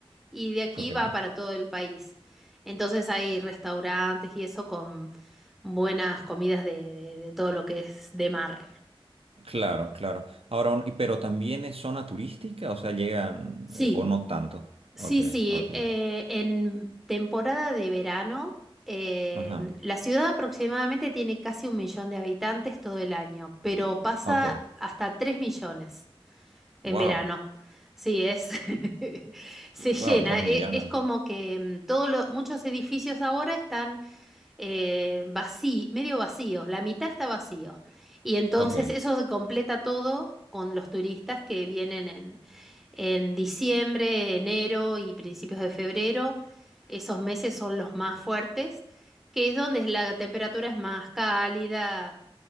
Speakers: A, in the centre; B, on the right (about 80°).
A: y de aquí
B: Ok,
A: va para todo el país. Entonces hay restaurantes y eso con buenas comidas de, de- de todo lo que es de mar.
B: claro, claro. Ahora, un- y- pero también es zona turística, o sea, llegan,
A: Sí,
B: eh, o no tanto. Ok,
A: sí, sí.
B: ok,
A: eh, en temporada de verano, eh,
B: ajá,
A: la ciudad aproximadamente tiene casi un millón de habitantes todo el año, pero pasa
B: ok,
A: hasta tres millones. En
B: wow,
A: verano. Sí, es <laughs> se llena.
B: wow, dos
A: E-
B: millones.
A: Es, como que mm, todos los muchos edificios ahora están eh, vací- medio vacíos, la mitad está vacío. Y entonces
B: Ok,
A: eso se completa todo con los turistas que vienen en, en diciembre, enero y principios de febrero. Esos meses son los más fuertes, que es donde la temperatura es más cálida.